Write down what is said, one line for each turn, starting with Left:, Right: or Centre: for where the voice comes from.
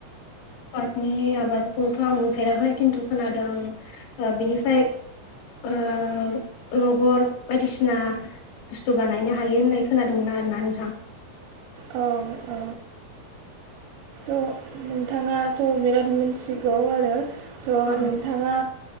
Left: रबादनि आबादखौथ' आं नुफेराखै खिन्थु खोनादों बिनिफ्राय ओ लबर बायदिसिना बुस्थु बानायनो हायो होननाय खोनादोंमोन आरोना नोंथां।
Right: औ औ औ त' नोंथाङाथ' बिराद मिथिगौ आरो थ'
Left: ओ
Right: नोंथाङा